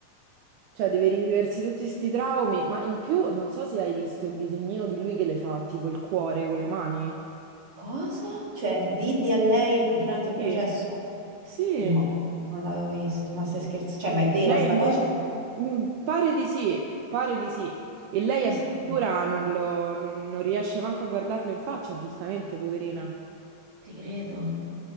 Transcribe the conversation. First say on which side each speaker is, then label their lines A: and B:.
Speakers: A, on the right; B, on the right.
A: Cioè, deve riviversi tutti sti traumi, ma in più non so se hai visto il disegnino di lui che le fa, tipo il cuore con le mani.
B: Cosa? Cioè, Diddy a lei durante il
A: Sì.
B: processo?
A: Sì,
B: No, non l'avevo visto, ma stai scherzando? Cioè, ma è vera
A: Lei
B: sta
A: invece...
B: cosa?
A: Mm, pare di sì, pare di sì. E lei
B: Questa-
A: addirittura non, lo- non- non riesce manco a guardarlo in faccia, giustamente, poverina.
B: Ti credo,